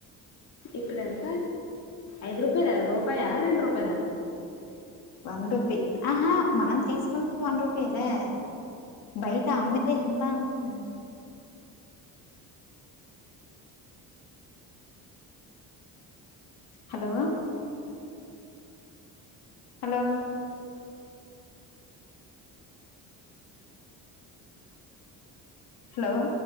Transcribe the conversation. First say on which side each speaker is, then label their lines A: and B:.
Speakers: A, on the left; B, on the left.
A: ఇక్కడని ఐదు రూపాయద రూపాయ రెండు రూపా
B: వన్ రుపీ ఆహా మనం తీసుకుంటే వన్ రూపాయలే బయట అమ్మితే ఎంత అంటున్నాను హలో హలో హలో